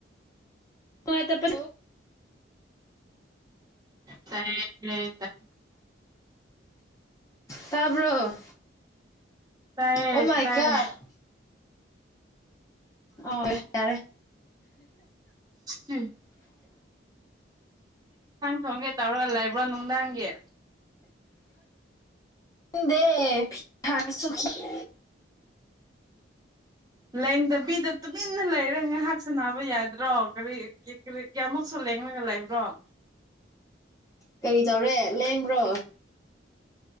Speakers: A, on the left (about 15°); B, on the right (about 20°).
A: ꯍꯅꯨꯡꯉꯥꯏꯇ ꯄꯣ
B: ꯇ ꯍ
A: ꯇꯥꯕ꯭ꯔꯣ
B: ꯇꯑꯌꯦ
A: ꯑꯣ ꯃꯥꯏ
B: ꯇꯑꯌꯦ
A: ꯒꯣꯗ ꯑꯋ ꯌꯥꯔꯦ
B: ꯎꯝ ꯊꯣꯡꯒꯦ ꯇꯧꯔꯒ ꯂꯩꯕ꯭ꯔꯣ ꯅꯨꯡꯗꯥꯡꯒꯤ
A: ꯗ ꯄꯥ ꯁꯈꯤꯤ
B: ꯂꯦꯡꯗꯕꯤꯗ ꯇꯨꯃꯤꯟꯅ ꯂꯩꯔꯒ ꯉꯥꯏꯍꯥꯛ ꯁꯦ ꯅꯥꯕ ꯌꯥꯗ ꯕ꯭ꯔꯣ ꯀꯔꯤ ꯀꯌꯥꯃꯨꯛꯁꯨ ꯂꯦꯒ ꯂꯕ꯭ꯔꯣ
A: ꯀꯔꯤ ꯇꯧꯔꯦ ꯂꯦꯡꯕ꯭ꯔꯣ